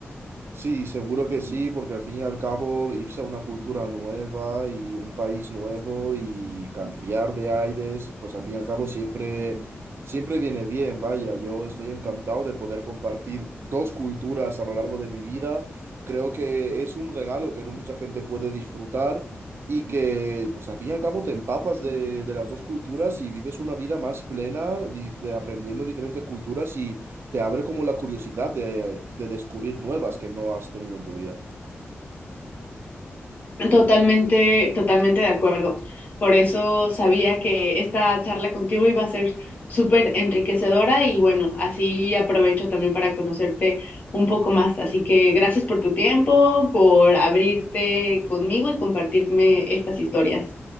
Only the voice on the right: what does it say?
Sí, seguro que sí, porque al fin y al cabo irse a una cultura nueva y un país nuevo y cambiar de aires, pues al fin y al cabo siempre, siempre viene bien, vaya, yo estoy encantado de poder compartir dos culturas a lo largo de mi vida. Creo que es un regalo que no mucha gente puede disfrutar y que, pues al fin y al cabo, te empapas de, de las dos culturas y vives una vida más plena, dif- de aprendiendo diferentes culturas y te abre como la curiosidad de, de descubrir nuevas que no has tenido en tu vida.